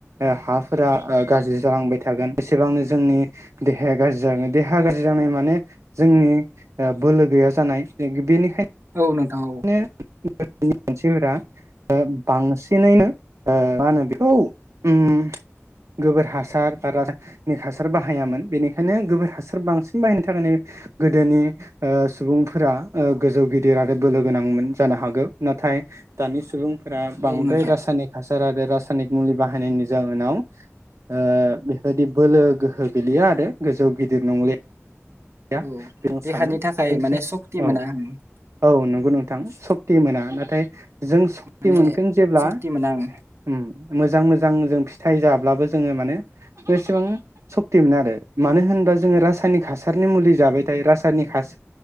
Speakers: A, on the right; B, on the right.
A: ओ हाफोरा ओ गाज्रि जालांबाय थागोन एसेबांनो जोंनि देहाया गाज्रि जागोन। देहा गाज्रि जानाय माने जोंनि बोलो गैया जानाय। बेनिखायनो
B: औ नोंथां औ
A: नो नि सोहोरा ओ बांसिनैनो ओ मा होनो बेखौ ओम गोबोर हासार बा रासायनिक हासार बाहायामोन बेनिखायनो गोबोर हासार बांसिन बाहायनो थाखायनो ओ गोदोनि ओ सुबुंफोरा गोजौ गिदिर आरो बोलो गोनांमोन जानो हागौ! नाथाय दानि सुबुं फोरा बांद्राय
B: औ नोंथां
A: रासायनिक हासार आरो रासायनिक मुलि बाहायनायनि जाहोनाव ओ बेबायदि बोलो गोहो गलिया आरो गोजौ गिदिर नंलि गैया
B: औ
A: बे
B: देहानि
A: सानो
B: थाखाय
A: लोगोसे
B: माने सक्ति मोना
A: औ-औ
B: आं
A: नंगौ नों थां सक्ति मोना नाथाय जों सक्ति
B: माने
A: मोनगोन जेब्ला
B: सक्ति मोना आं
A: उम मोज मोजां-मोजां जों फिथाइ जाब्लाबो जों माने बेसेबां सक्ति मोना आरो मानो होनबा जों रासायनिक हासार नि मुलि जाबायथायायो रासायनिक हास